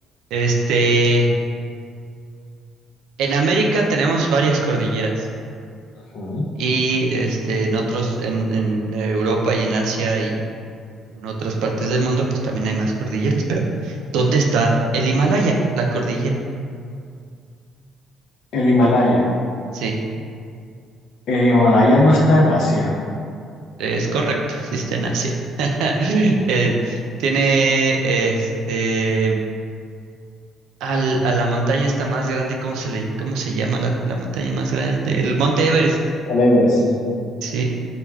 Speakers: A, on the right; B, on the left.
A: Este, en América tenemos varias cordilleras
B: Ujú.
A: y este, en otros, en, en Europa y en Asia y en otras partes del mundo, pues también hay más cordilleras. Pero, ¿dónde está el Himalaya, la cordillera?
B: El Himalaya.
A: Sí,
B: El Himalaya no está en Asia.
A: es correcto, sí está en Asia. <laughs> Eh, tiene este al- a la montaña está más grande, ¿cómo se le, cómo se llama la, la montaña más grande? El Monte Everest.
B: El Everest, sí.
A: Sí,